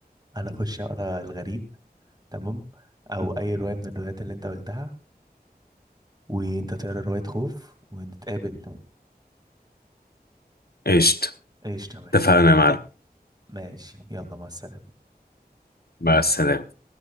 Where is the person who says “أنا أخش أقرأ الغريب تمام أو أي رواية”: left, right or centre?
Right